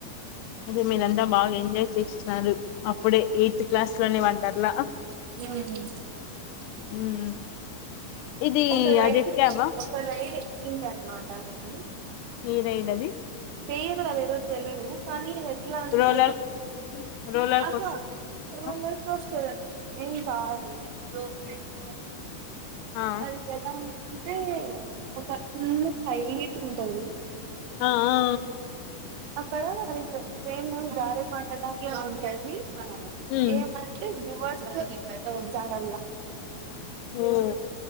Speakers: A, on the left; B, on the right.
A: అదే మీరంతా బాగా ఎంజాయ్ చేస్తున్నారు అప్పుడే ఎయిత్ క్లాస్ లోనే వండర్లా
B: మ్మ్
A: ఉమ్ ఇది
B: ఒక రైడ్కి
A: అది ఎక్కావా
B: ఒక రైడ్ ఎక్ంట అనమాట అనీ
A: మీరైడది
B: పేరు అదేదో తెలివు పనీరు ఎట్లా అంటే
A: రోలర్ రోలర్
B: హహ
A: కోస్
B: రోలర్
A: ఆ
B: కోస్ట్ ఏ కా <unintelligible>
A: ఆ
B: అది ఎలా ఉంది అంటే ఒక టూ హైట్ ఉంటాది
A: ఆ ఆ
B: ఇక్కడ సేమ్ జారుడు బండలాగే ఉంటుంది
A: ఉమ్
B: ఏమంటే రివర్స్ చారళ్ళ
A: హమ్